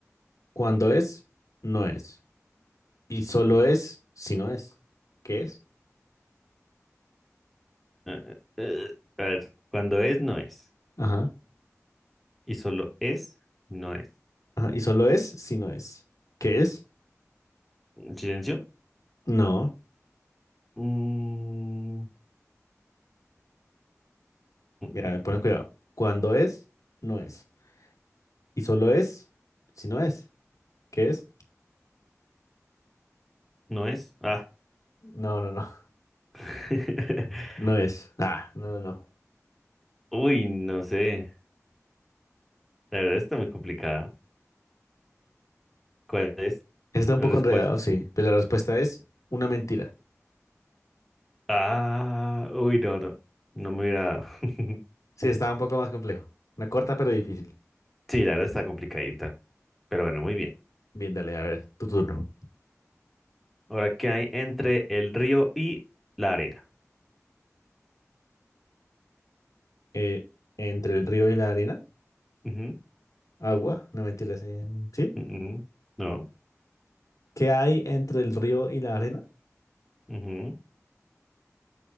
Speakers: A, on the left; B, in the centre.
A: Cuando es, no es. Y solo es si no es. ¿Qué es?
B: eh, eh, eh, A ver, cuando es, no es.
A: Ajá.
B: Y solo es, no es.
A: Ajá. Y solo es si no es. ¿Qué es?
B: Silencio.
A: No.
B: Mm, mm,
A: Mira,
B: mm,
A: pones cuidado. Cuando es, no es. Y solo es, si no es. ¿Qué es?
B: no es. Ah.
A: No, no, no. <laughs>
B: <laughs>
A: No es. Ah, no, no, no.
B: Uy, no sé. La verdad está muy complicada. ¿Cuál es
A: Está un
B: la
A: poco
B: respuesta?
A: enredado, sí. Pero la respuesta es una mentira.
B: Ah, uy, no, no. No me hubiera. dado. <laughs>
A: Sí, estaba un poco más complejo. Una corta pero difícil.
B: Sí, la verdad está complicadita. Pero bueno, muy bien.
A: Bien, dale, a ver, tu turno.
B: Ahora, ¿qué hay entre el río y la arena?
A: Eh, entre el río y la arena.
B: Ujú,
A: Agua. No mentiras. eh, ¿sí?
B: mm, No.
A: ¿Qué hay entre el río y la arena?
B: ujú,